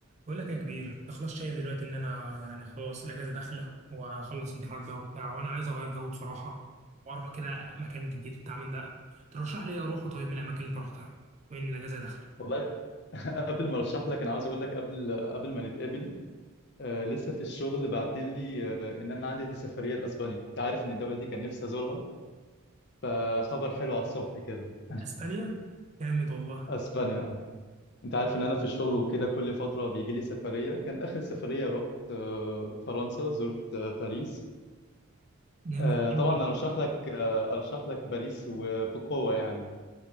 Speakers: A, on the right; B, on the left.
A: بقول لك يا كبير انت خلاص شايف دلوقتي ان انا يعني خلاص الاجازه داخله وهخلص امتحانات بقى وبتاع وانا عايز اغير جو بصراحه واروح كده مكان جديد بتاع من ده ترشح لي اروح طيب من الاماكن اللي انت رحتها وين الاجازه داخله
B: والله <laughs> قبل ما ارشح لك انا عاوز اقول لك قبل قبل ما نتقابل آه لسه في الشغل بعتين لي آه ان انا عندي سفريه لاسبانيا انت عارف ان الدوله دي كان نفسي ازورها فخبر حلو على الصبح كده <laughs>
A: اسبانيا جامد والله
B: اسبانيا آه. انت عارف ان انا في الشغل وكده كل فتره بيجي لي سفريه كان اخر سفريه رحت آه فرنسا زرت آه باريس
A: جامد
B: آه
A: قوي
B: طبعا ارشح لك آه ارشح لك باريس وبقوه يعني